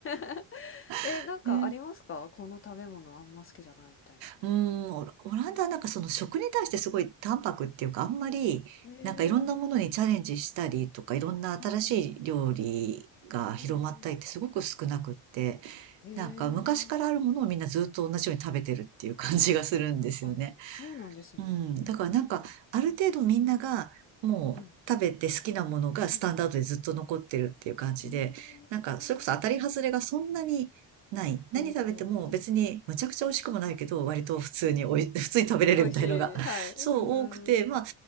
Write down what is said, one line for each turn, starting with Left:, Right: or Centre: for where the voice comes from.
Left: <laughs> え、
Right: <laughs>
Left: なんかありますか？
Right: えー
Left: この食べ物あんま好きじゃないみたいな。
Right: うーん、オラオランダはなんかその食に対してすごい淡白っていうか、あんまり、
Left: へえ。
Right: なんかいろんなものにチャレンジしたりとか、いろんな新しい料理が広まったりってすごく少なくって、
Left: はい。うんうん。へえ。
Right: なんか昔からあるものをみんなずっと同じように食べてるっていう感じがするんですよね。
Left: あ、そうなんですね。
Right: うん。だからなんか、
Left: うんうん
Right: ある程度みんなが、もう食べて好きなものがスタンダードでずっと残ってるっていう感じで、
Left: うん。うんはい。うん。うーん。
Right: なんか、それこそ当たり外れがそんなにない。何食べても別にむちゃくちゃ美味しくもないけど、
Left: おお、いいですね。うん。
Right: 割と普通におい、<laughs> 普通に食べれるみたいのが
Left: 美味しい、
Right: <laughs>、
Left: はい。うんうん。
Right: そう多くて、まあ、